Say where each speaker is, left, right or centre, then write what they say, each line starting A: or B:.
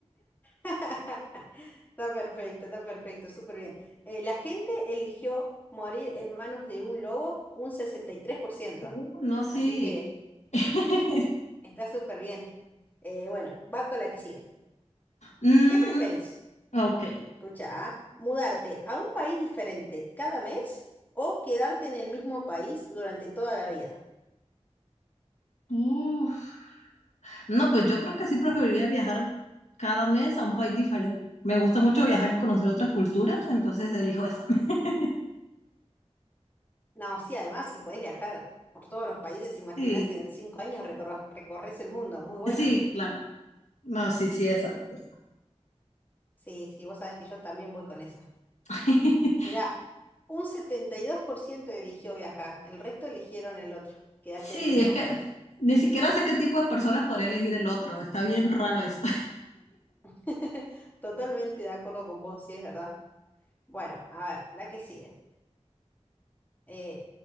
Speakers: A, on the left (about 15°); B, on the left (about 80°).
A: <laughs> Está perfecto, está perfecto, súper bien. Eh, la gente eligió morir en manos de un lobo un sesenta y tres por ciento
B: Uh, no, sí.
A: así que
B: <laughs>
A: está súper bien. Eh, bueno, va con la que sigue.
B: Mm,
A: ¿Qué preferís?
B: ok.
A: Escucha, ¿ah? ¿mudarte a un país diferente cada mes o quedarte en el mismo país durante toda la vida?
B: Uf. No, pues yo creo que sí preferiría viajar cada mes a un país diferente. Me gusta mucho viajar y conocer otras culturas, entonces elijo esa. <laughs>
A: No, sí, además, si podés viajar por todos los países, imagínate,
B: Sí,
A: en cinco años recor- recorres el mundo, muy bueno.
B: sí, claro. No, sí, sí, esa, esa.
A: Sí, sí, vos sabés que yo también voy con esa.
B: <laughs>
A: Mirá, un 72% eligió viajar, el resto eligieron el otro, quedarte
B: Sí,
A: en el mismo
B: es que
A: país.
B: ni siquiera sé qué tipo de personas podría elegir el otro. Está bien raro eso.
A: <laughs> Totalmente de acuerdo con vos, sí, es verdad. Bueno, a ver, la que sigue. Eh,